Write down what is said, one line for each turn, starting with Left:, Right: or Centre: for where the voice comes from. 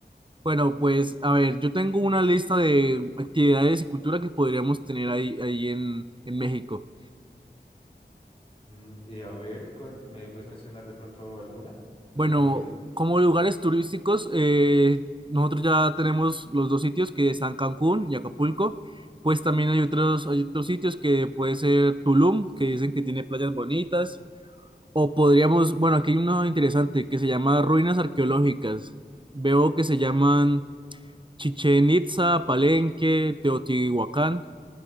Right: bueno, pues a ver, yo tengo una lista de actividades y cultura que podríamos tener ahí, ahí en, en México.
Left: Mm, y a ver, ¿cuál- ¿me puedes mencionar de pronto alguna?
Right: Bueno,
Left: ¿Alguna actividad?
Right: como lugares turísticos, eh, nosotros ya tenemos los dos sitios que están Cancún y Acapulco. Pues también hay otros, hay otros sitios que puede ser Tulum, que dicen que tiene playas bonitas. O podríamos, bueno, aquí hay uno interesante que se llama ruinas arqueológicas. Veo que se llaman Chichen Itza Palenque, Teotihuacán.